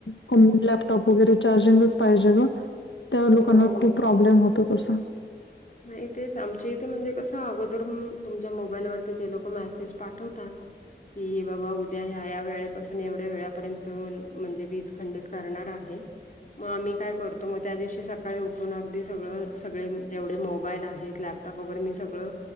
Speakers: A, on the left; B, on the left.
A: कोण लॅपटॉप वगैरे चार्जिंगच पाहिजे ग त्या लोकांना
B: हो
A: खूप प्रॉब्लेम होतो तसं
B: नाही तेच आमचे इथे म्हणजे कसं अगोदर तुमच्या मोबाईलवरती तेे लोक मेसेज पाठवतात कि बाबा उद्या ह्या या वेळेपासून एवढ्या वेळापर्यंत म्हणजे वीज खंडित करणार आहे मग आम्ही काय करतो मग त्या दिवशी सकाळी उठून अगदी सगळं सगळे जेवढ मोबाईल आहेत लॅपटॉप वगैरे मी सगळं